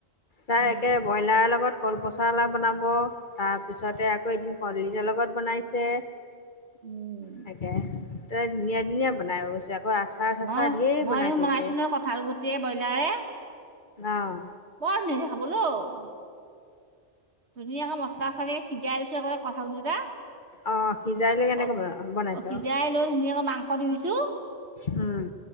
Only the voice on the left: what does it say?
তাই
একে ব্ৰইলাৰৰ লগত কলপচলাও বনাব। তাৰপিছতে আকৌ এদিন কলডিলৰ লগত বনাইছে।
তাকে তাই ধুনীয়া ধুনীয়া বনায় অৱশ্যে আকৌ আচাৰ চাচাৰ
ঢেৰ
বনাই থৈছে
অঁ
অঁ সিজাই লৈ কেনেকৈ
বন বনাইছ
উম